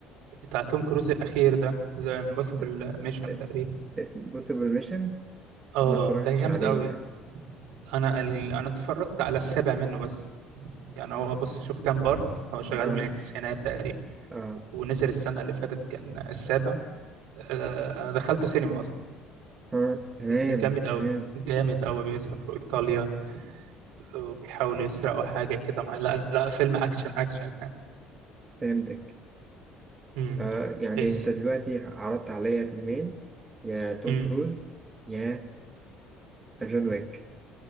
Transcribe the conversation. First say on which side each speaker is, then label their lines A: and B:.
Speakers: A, on the right; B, on the right.
A: بتاع توم كروز الاخير ده ذا امبوسيبل
B: آه،
A: ميشن
B: آه،
A: تقريبا
B: اسم بوسيبل ميشن
A: اه
B: ما اتفرجتش
A: ده جامد
B: عليه
A: قوي
B: لا
A: انا ال... انا اتفرجت على السابع منه بس يعني هو بص شوف كام بارت هو شغال
B: أه
A: من التسعينات تقريبا
B: أه
A: ونزل السنة اللي فاتت كان السابع آه، دخلته سينما أصلا
B: أه تمام
A: كان جامد أوي
B: تمام
A: جامد أوي بيسافروا إيطاليا وبيحاولوا يسرقوا حاجة كده مع لا لا فيلم أكشن أكشن يعني
B: فهمتك
A: امم
B: آه يعني
A: إيه
B: انت دلوقتي عرضت عليا فيلمين يا توم
A: امم
B: كروز يا جون ويك